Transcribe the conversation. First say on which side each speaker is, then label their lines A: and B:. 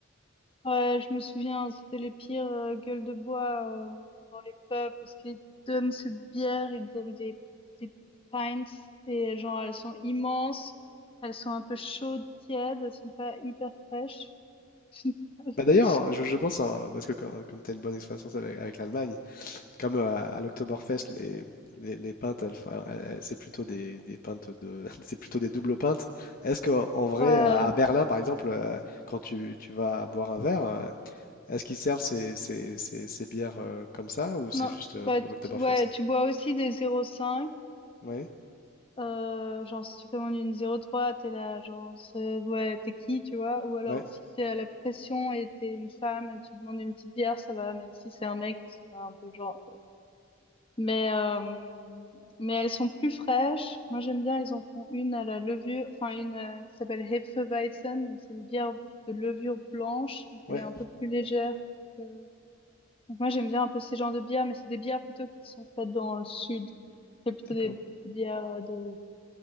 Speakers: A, on the left; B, on the left.
A: Ouais, je me souviens, c'était les pires euh, gueules de bois euh, dans les pubs parce qu'ils donnent cette bière, ils donnent des, des pints et genre elles sont immenses, elles sont un peu chaudes, tièdes, elles sont pas hyper fraîches. <laughs>
B: Bah d'ailleurs, je, je pense, hein, parce que comme, tu as une bonne expérience avec, avec l'Allemagne, Comme euh, à l'Oktoberfest, les, les, les pintes, elles font- elles- c'est plutôt des, des pintes de, <laughs> c'est plutôt des doubles pintes. Est-ce que en vrai,
A: Ouais,
B: à à Berlin, par exemple, euh, quand tu, tu vas boire un verre, euh, est-ce qu'ils servent ces, ces- ces- ces bières euh, comme ça ou c'est
A: non,
B: juste euh,
A: bah
B: pour l'Oktoberfest?
A: tu, ouais, tu bois aussi des 0,5,
B: Oui,
A: euh, genre si tu commandes une zéro trois t'es là, genre c'est- ouais, t'es qui, tu vois? Ou alors
B: ouais,
A: si c'est à la pression et t'es une femme et tu demandes une petite bière, ça va, mais si c'est un mec, ils sont là un peu genre. Mais, euh, mais elles sont plus fraîches. Moi, j'aime bien, ils en font une à la levure, enfin une euh, qui s'appelle Hefeweizen. Donc, c'est une bière de levure blanche. Donc,
B: ouais,
A: elle est un peu plus légère. que- Donc, moi, j'aime bien un peu ces genres de bières, mais c'est des bières plutôt qui sont faites dans le sud. C'est plutôt
B: d'accord.
A: des bières euh, de,